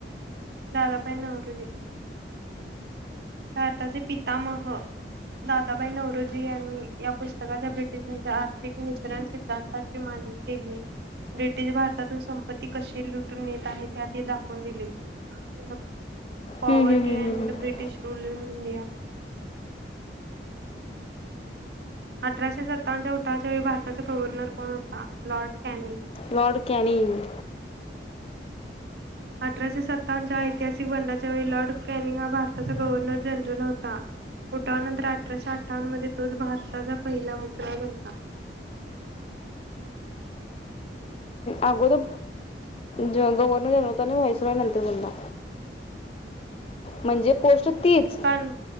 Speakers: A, on the right; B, on the left.
A: Dadabhai Naoroji भारताचे पितामह दादाबाई नौरोजी यांनी या पुस्तकाच्या ब्रिटिशांच्या आर्थिक निसरण सिद्धांताची मांडणी केली ब्रिटिश भारतातून संपत्ती कशी लुटून येत आहे त्यात दाखवून दिले. <inaudible> पॉवर्टी
B: हम्म, हम्म, हम्म,
A: अँड
B: हम्म, हम्म.
A: ब्रिटिश रूल इन इंडिया अठराशे सत्तावन्नच्या उठावच्या वेळी भारताचा गव्हर्नर कोण होता? लॉर्ड कॅनिगं
B: लॉड कॅनीगं
A: अठराशे सत्तावन्नच्या ऐतिहासिक बंडाच्या वेळी लॉर्ड कनिंग हा भारताचा गव्हर्नर जनरल होता, उठावा नंतर अठराशे अठ्ठावन्न मध्ये तोच भारताचा पहिला व्हाईस रॉय बनला.
B: अगोदर ज गव्हर्नर जनरल होता आणि व्हॉईस रॉय नंतर बनला. म्हणजे पोस्ट तीच
A: कान